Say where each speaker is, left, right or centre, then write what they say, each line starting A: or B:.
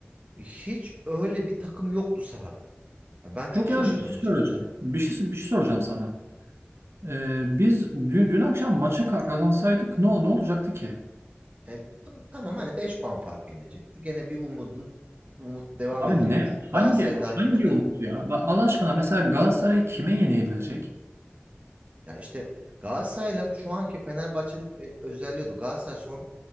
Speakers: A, on the right; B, on the right.
A: hiç öyle bir takım yoktu sahada. Ya ben çok
B: Peki
A: şaşırdım
B: abi bir şey
A: açıkçası
B: soracağım.
A: yani.
B: Bir şey bir şey soracağım sana. Ee, biz dün dün akşam maçı ka- kazansaydık ne ol- ne olacaktı ki?
A: Yani tam- tamam hani beş puan fark inecekti. Gene bir umudun umut devam
B: Abi
A: edecek.
B: ne?
A: Çünkü Galatasaray'ın
B: Hangi
A: da hakikaten
B: hangi umut ya? Bak Allah aşkına mesela Galatasaray kime yenilecek?
A: Ya işte Galatasaray'la şu anki Fenerbahçe'nin e, özelliği oydu. Galatasaray son